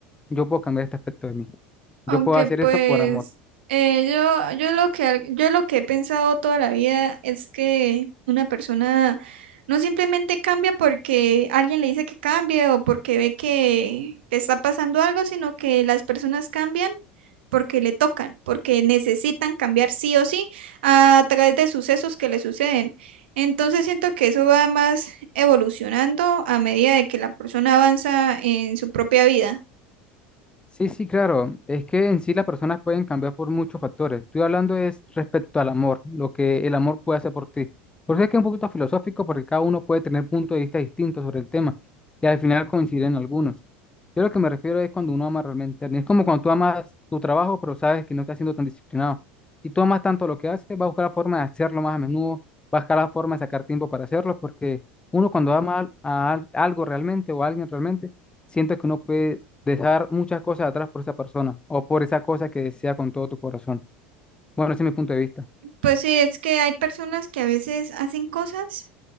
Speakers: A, on the left; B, on the right.
A: yo puedo cambiar este aspecto de mí.
B: Aunque
A: Yo puedo hacer
B: pues
A: esto por amor.
B: eh, yo, yo lo que al- yo lo que he pensado toda la vida es que una persona no simplemente cambia porque alguien le dice que cambie o porque ve que, que está pasando algo, sino que las personas cambian porque le tocan, porque necesitan cambiar sí o sí a través de sucesos que le suceden. Entonces siento que eso va más evolucionando a medida de que la persona avanza en su propia vida.
A: Sí, sí, claro. Es que en sí las personas pueden cambiar por muchos factores. Estoy hablando es respecto al amor, lo que el amor puede hacer por ti. Por eso es que es un poquito filosófico, porque cada uno puede tener puntos de vista distintos sobre el tema y al final coinciden algunos. Yo lo que me refiero es cuando uno ama realmente. a alguien. Es como cuando tú amas tu trabajo, pero sabes que no estás siendo tan disciplinado. Si tú amas tanto lo que haces, vas a buscar la forma de hacerlo más a menudo, vas a buscar la forma de sacar tiempo para hacerlo, porque uno cuando ama al- a al- algo realmente o a alguien realmente, siente que uno puede dejar muchas cosas atrás por esa persona o por esa cosa que desea con todo tu corazón. Bueno, ese es mi punto de vista.
B: Pues sí, es que hay personas que a veces hacen cosas